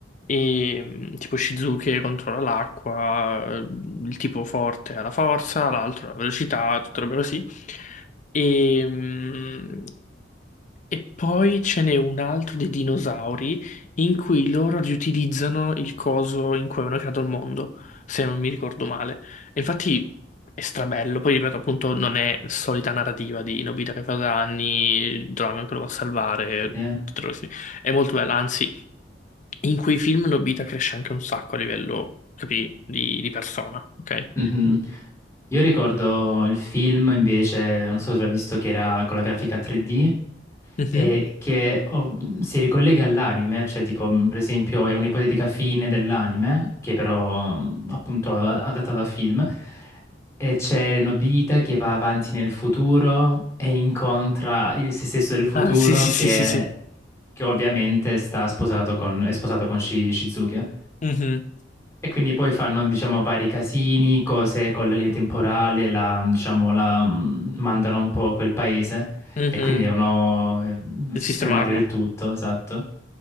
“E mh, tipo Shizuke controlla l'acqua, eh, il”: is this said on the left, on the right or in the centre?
Left